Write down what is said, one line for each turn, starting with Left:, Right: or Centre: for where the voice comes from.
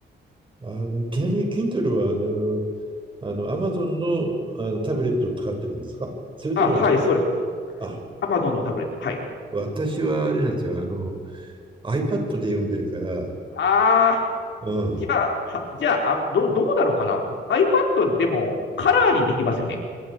Right: あの、ちなみに Kindle は、あの、あの、Amazon の、あのタブレットを使ってるんですかそれとも、
Left: あ、はい、そうです。
Right: あ、
Left: Amazon のタブレット。はい。
Right: 私はあれなんですよ、あの、iPad で読んでるから、
Left: あー、
Right: うん、
Left: じゃあ、はじゃあ、あどうどうなのかな ?iPad でもカラーにできますよね。